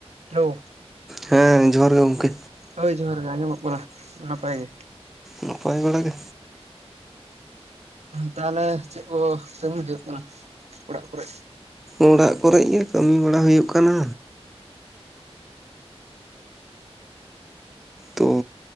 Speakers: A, on the right; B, in the centre.
A: Hello,
B: ᱦᱮᱸ ᱡᱚᱦᱟᱨ ᱜᱮ ᱜᱚᱢᱠᱮ᱾
A: ᱦᱳᱭ ᱡᱚᱦᱟᱨ ᱜᱮ ᱟᱸᱡᱚᱢᱚᱜ ᱠᱟᱱᱟ ᱱᱟᱯᱟᱭ ᱜᱮ᱾
B: ᱱᱟᱯᱟᱭ ᱵᱟᱲᱟ ᱜᱮ᱾
A: ᱛᱟᱦᱚᱞᱮ ᱪᱮᱫ ᱠᱚ ᱠᱟᱹᱢᱤ ᱦᱩᱭᱩᱜ ᱠᱟᱱᱟ ᱚᱲᱟᱜ ᱠᱚᱨᱮ?
B: ᱚᱲᱟᱜ ᱠᱚᱨᱮ ᱜᱮ ᱠᱟᱹᱢᱤ ᱵᱟᱲᱟ ᱦᱩᱭᱩᱜ ᱠᱟᱱᱟ᱾ ᱛᱚ